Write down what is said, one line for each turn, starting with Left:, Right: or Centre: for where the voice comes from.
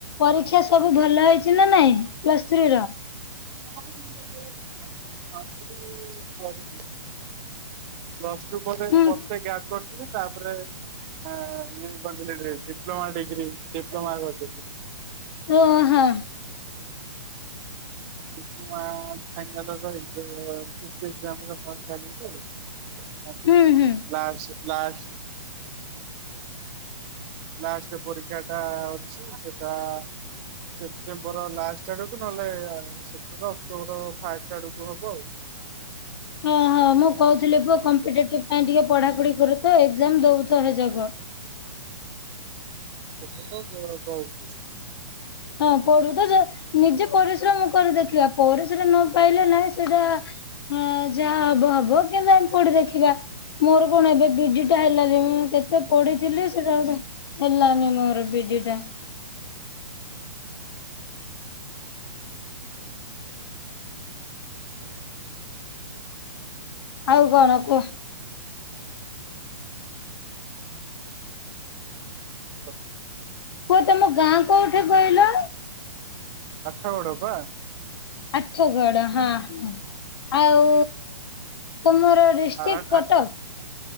Left: ପରୀକ୍ଷା ସବୁ ଭଲ ହେଇଚି ନା ନାଇଁ ପ୍ଲସ ଥ୍ରୀ ର?
Right: <unintelligible> ପ୍ଲସ୍ ଟୁ ପରେ
Left: ହୁଁ
Right: ବର୍ଷେ ଗ୍ୟାପ୍ କରିଥିଲି। ତାପରେ ଇଏ କରିଥିଲି ଡିପ୍ଲୋମା ଡିଗ୍ରୀ ଡିପ୍ଲୋମା କରିଦେଇଥିଲି।
Left: ଓ ହଁ।
Right: ଡିପ୍ଲୋମା ଫାଇନାଲର ଏକ୍ସାମ ଏକ୍ସାମ୍ ର ଫର୍ମ ଚାଲିଛି ସେ <inaudible>
Left: ହୁଁ ହୁଁ।
Right: ଲାସ ଲାସ୍ ଲାଷ୍ଟ ପରୀକ୍ଷାଟା ଅଛି ସେଟା ସେପ୍ଟେମ୍ବର ଲାଷ୍ଟ ଆଡକୁ ନହେଲେ ସେପ୍ଟେମ୍ବର ଅକ୍ଟୋବର ଫାଷ୍ଟ ଆଡକୁ ହବ ଆଉ।
Left: ହଁ ହଁ ମୁଁ କହୁଥିଲି ପୁଅ କମ୍ପିଟେଟିଭ ପାଇଁ ଟିକେ ପଢାପଢି କରୁଥାଅ ଏକ୍ଜାମ ଦଉଥାଅ ହେଯାକ।
Right: କେତେତ ଦିଅ କହୁଛି।
Left: ହଁ ପଢୁଥା ନିଜେ ପରିଶ୍ରମ କରି ଦେଖିବା ପରିଶ୍ରମରେ ନ ପାଇଲେ ନାହିଁ ସେଇଟା ହଁ ଯାହା ହବ ହବ କିନ୍ତୁ ଆମେ ପଢି ଦେଖିବା ମୋର କଣ ଏବେ ବିଡିଟା ହେଲାନି ମୁଁ କେତେ ପଢିଥିଲି ସେଟା ଗୁଟେ ହେଲାନି ମୋର ବିଡିଟା। ଆଉ କଣ କୁହ?
Right: ହଁ
Left: ପୁଅ ତମ ଗାଁ କୋଉଠି କହିଲ?
Right: ଆଠଗଡ ପା।
Left: ଆଠଗଡ ହଁ ହଁ ଆଉ ତୁମର? ଡିଷ୍ଟ୍ରିକ୍ଟ
Right: ଆ ଆ
Left: କଟକ